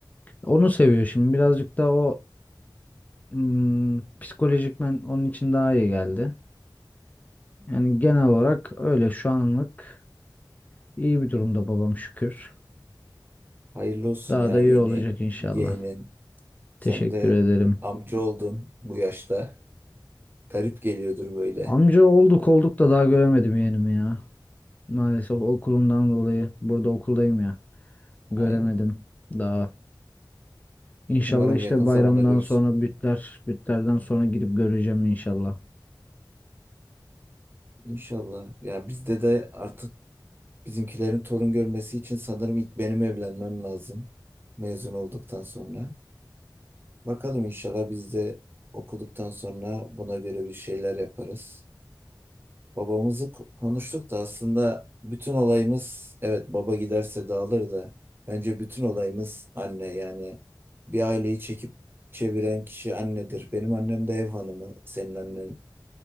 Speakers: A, on the left (about 20°); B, on the right (about 25°).
A: Onu seviyor şimdi. Birazcık da o ım, psikolojikmen onun için daha iyi geldi. Yani genel olarak öyle şu anlık iyi bir durumda babam şükür.
B: Hayırlı olsun
A: Daha
B: ya
A: da
B: yeni
A: iyi olacak inşallah.
B: yeğenin. Sen
A: Teşekkür
B: de
A: ederim.
B: amca oldun bu yaşta. Garip geliyordur böyle.
A: Amca olduk olduk da daha göremedim yeğenimi ya. Maalesef okulumdan dolayı burada okuldayım ya. Göremedim
B: Aynen.
A: daha. İnşallah
B: Umarım
A: işte
B: yakın
A: bayramdan
B: zamanda görürsün.
A: sonra bütler, bütlerden sonra gidip göreceğim inşallah.
B: İnşallah. Ya bizde de artık Bizimkilerin torun görmesi için sanırım ilk benim evlenmem lazım. Mezun olduktan sonra. Bakalım inşallah biz de okuduktan sonra buna göre bir şeyler yaparız. Babamızı k- konuştuk da aslında bütün olayımız evet baba giderse dağılır da bence bütün olayımız anne yani bir aileyi çekip çeviren kişi annedir. Benim annem de ev hanımı senin annen